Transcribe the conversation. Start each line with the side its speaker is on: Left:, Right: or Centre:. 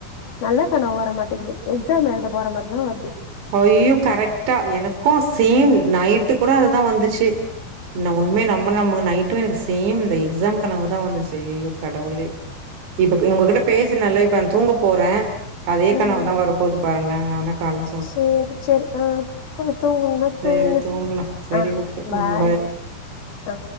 Left: நல்ல கனவு வர மாட்டேங்கிது எக்ஸாம் எழுத போற மாரிதான் வருது
Right: ஐய்யோ கரெக்டா எனக்கு சேம் நைட்டு கூட அதுதா வந்துச்சு ந உண்மே நம்புனா நம்பு நைட்டு எனக்கு சேம் இந்த எக்ஸாம் கனவு தான் வந்துச்சு ஐய்யோ கடவுளே இப்போ உங்ககிட்ட பேசுநல்ல இப்போ நா தூங்க போறே அதே
Left: ம்.
Right: கனவு தா வரபோது பாருங்களே நான்னா கால
Left: சேரி சேரி ஆஹ போய் தூங்குங்க
Right: சரி
Left: தூங்குங்க
Right: தூங்கலாம் சரி
Left: ஹ
Right: ஓகே
Left: பாய்
Right: ம்
Left: ஹ